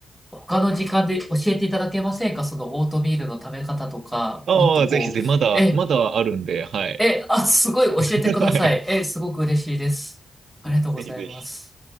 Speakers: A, in the centre; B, on the right (about 70°).
A: 他の時間で教えていただけませんかそのオートミールの食べ方とか、
B: <laughs> ああ、
A: もっとこう、
B: ぜひぜひ、まだ、
A: え、
B: まだあるんで、はい。
A: え、あ、すごい教えてください。
B: <laughs> はい。
A: え、すごく嬉しいです。ありがとうございます。
B: ぜひぜひ。